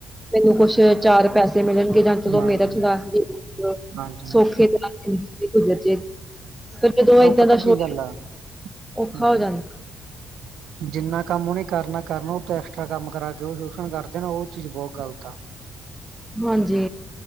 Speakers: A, in the centre; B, on the right.
A: ਮੈਨੂੰ ਕੁੱਛ ਚਾਰ ਪੈਸੇ ਮਿਲਣਗੇ ਜਾਂ ਚਲੋ
B: ਹਾਂਜੀ
A: ਮੇਰਾ ਥੋੜਾ ਜ
B: ਹਾਂਜੀ
A: ਸੌਖੇ ਤ ਗੁਰੇ ਜਦੋ ਇਏਦਾਂ
B: ਉਹ ਪਤਾ
A: ਦਾ ਸ਼ੋਰ
B: ਕੀ ਗੱਲ ਆ
A: ਔਖਾ
B: ਹਾਂਜੀ
A: ਹੋ ਜਾਂਦਾ
B: ਜਿੰਨਾ ਕੰਮ ਉਹਨੇ ਕਰਨਾ ਕਰਨਾ ਉਹ ਤੇ ਐਕਸਟਰਾ ਕੰਮ ਕਰਾ ਕੇ ਉਹ ਸ਼ੋਸ਼ਣ ਕਰਦੇ ਨਾ ਉਹ ਚੀਜ਼ ਬਹੁਤ ਗ਼ਲਤ ਆ
A: ਹਾਂਜੀ।